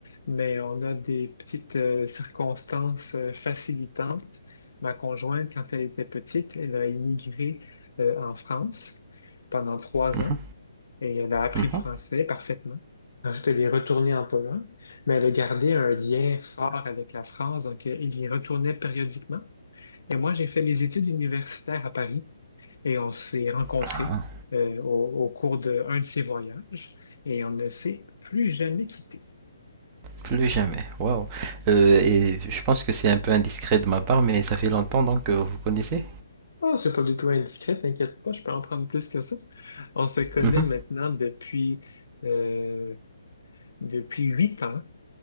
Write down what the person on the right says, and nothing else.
mhm,
mhm.
Ah.
Plus jamais. Waouh. Euh, et je pense que c'est un peu indiscret de ma part, mais ça fait longtemps donc que vous connaissez?
Mhm.